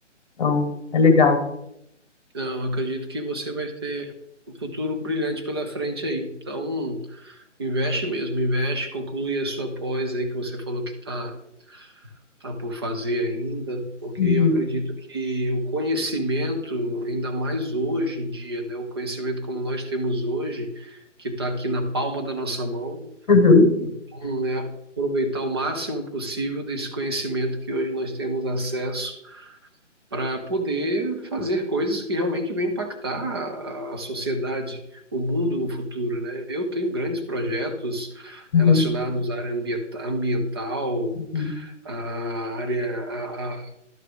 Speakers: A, on the left; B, on the right.
A: Então, é legal.
B: Não, eu acredito que você vai ter um futuro brilhante pela frente aí. Então, investe mesmo, investe, conclui a sua pós aí que você falou que está tá por fazer ainda, porque
A: Uhum,
B: eu acredito que o conhecimento, ainda mais hoje em dia, né, o conhecimento como nós temos hoje, que está aqui na palma da nossa mão,
A: uhum,
B: então, é aproveitar o máximo possível desse conhecimento que hoje nós temos acesso para poder fazer coisas que realmente vão impactar a a sociedade, o mundo no futuro, né? Eu tenho grandes projetos
A: uhum,
B: relacionados à área ambienta- ambiental,
A: uhum.
B: a área, a,